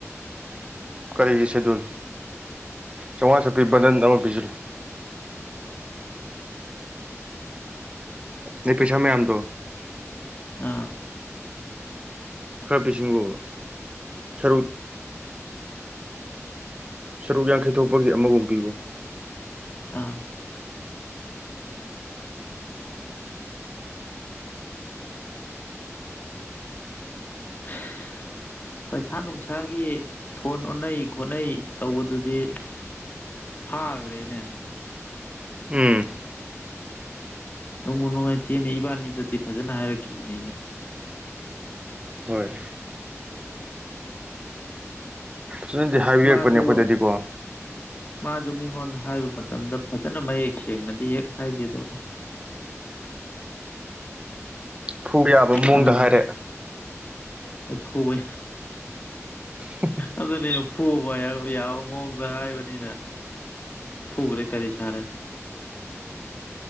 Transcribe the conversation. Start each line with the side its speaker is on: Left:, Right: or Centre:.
Right: ꯀꯔꯤꯒꯤ ꯁꯦꯗꯨꯜ ꯆꯥꯝꯃꯉꯥ ꯆꯠꯄꯤ ꯕꯟꯗꯟ ꯑꯃ ꯄꯤꯁꯤꯂꯨ ꯅ ꯄꯩꯁꯥ ꯃꯌꯥꯝꯗꯣ
Left: ꯑ
Right: ꯈꯔꯕꯤꯁꯤꯡꯕꯨꯨ ꯁꯔꯨꯛ ꯁꯔꯨꯛ ꯌꯥꯡꯈꯩꯊ ꯊꯣꯛꯄꯒꯤ ꯑꯃꯒꯨꯝ ꯄꯤꯕꯨꯨ
Left: ꯑꯥ <inaudible> ꯄꯩꯁꯥ ꯅꯨꯡꯁꯥꯒꯤ ꯐꯣꯟ ꯑꯣꯟꯅꯩ ꯈꯣꯠꯅꯩ ꯇꯧꯕꯗꯨꯗꯤ ꯐꯥꯈ꯭ꯔꯦꯅꯦ
Right: ꯎꯝ
Left: ꯅꯣꯡꯕꯨꯨ ꯅꯨꯡꯉꯥꯏꯇꯦꯅꯦ ꯏꯕꯥꯅꯤꯗꯗꯤ ꯐꯖꯅ ꯍꯥꯏꯔꯛꯈꯤꯕꯅꯤꯅꯦ
Right: ꯍꯣꯏ ꯁꯤꯅꯗꯤ ꯍꯥꯏꯕꯤꯔꯛꯄꯅꯦ
Left: ꯃꯥꯁꯨ
Right: ꯑꯩꯈꯣꯏꯗꯗꯤꯀꯣ
Left: ꯃꯥꯁꯨ ꯃꯤꯉꯣꯟꯗ ꯍꯥꯏꯕꯨ ꯃꯇꯝꯗ ꯐꯖꯅ ꯃꯌꯦꯛ ꯁꯦꯡꯅꯗꯤ ꯍꯦꯛ ꯍꯥꯏꯗ‌ꯦꯗꯣ
Right: ꯊꯨꯕ ꯌꯥꯕ ꯃꯑꯣꯡꯗ
Left: ꯑꯗꯨꯅꯤ
Right: ꯍꯥꯏꯔꯦ
Left: ꯐꯨꯕ
Right: <inaudible>
Left: ꯑꯗꯨꯅꯤꯅ ꯐꯨꯕ ꯌꯥꯕ ꯃꯑꯣꯡꯗ ꯍꯥꯏꯕꯅꯤꯅ ꯐꯨꯈ꯭ꯔꯦ ꯀꯔꯤ ꯁꯥꯔꯦ